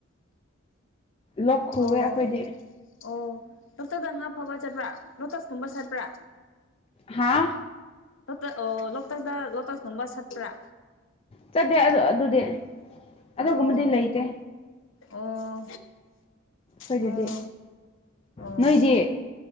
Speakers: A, on the left; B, on the left.
A: ꯂꯣꯛ ꯈꯨꯋꯦ
B: ꯑꯣ
A: ꯑꯩꯈꯣꯏꯗꯤ
B: ꯑꯣ ꯂꯣꯛꯇꯥꯗ ꯉꯥ ꯐꯕ ꯆꯠꯄ꯭ꯔꯥ ꯂꯣꯇꯁꯀꯨꯝꯕ ꯁꯥꯠꯄ꯭ꯔꯥ
A: ꯍꯥꯥ
B: ꯂꯣꯛꯇ ꯑꯣ ꯂꯣꯛꯇꯥꯛꯇ ꯂꯣꯇꯁꯒꯨꯝꯕ ꯁꯥꯠꯄ꯭ꯔꯥ
A: ꯆꯠꯇꯦ ꯑꯗꯨ ꯑꯗꯨꯗꯤ ꯑꯗꯨꯒꯨꯝꯕꯗꯤ
B: ꯑꯣ
A: ꯂꯩꯇꯦ
B: ꯑꯣ
A: ꯈꯣꯏꯗꯗꯤ
B: ꯑꯣ ꯑꯣ
A: ꯅꯣꯏꯗꯤ